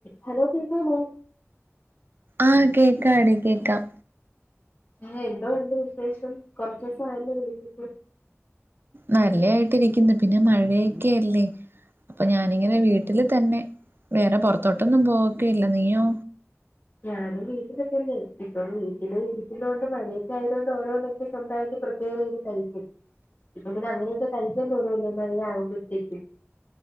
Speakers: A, on the left; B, on the right.
A: Hello കേക്കാമോ
B: ആ കേക്കാഡി കേക്കാം
A: ആ എന്തൊണ്ട് വിശേഷം കുറച്ച് ദിവസം ആയല്ല വിളിച്ചിട്ട്
B: നല്ലായിട്ടിരിക്കുന്നു പിന്നെ മഴയൊക്കെയല്ലേ അപ്പൊ ഞാനിങ്ങനെ വീട്ടില് തന്നെ വേറെ പൊറത്തോട്ടൊന്നും പോക്കയില്ല നീയോ
A: ഞാനും വീട്ടിലൊക്കെ ന്നെ ഇപ്പം വീട്ടില് ഇരിക്കുന്ന കൊണ്ട് മഴയൊക്കെ ആയത് കൊണ്ട് ഓരോന്നൊക്കെ സ്വന്തമായിട്ട് പ്രിപ്പയർ ചെയ്ത് കഴിക്കും ഇപ്പൊ പിന്നെ അങ്ങനെയൊക്കെ കഴിക്കാൻ തോന്നൊല്ലോ മഴ ആകുമ്പോഴത്തേക്ക്‌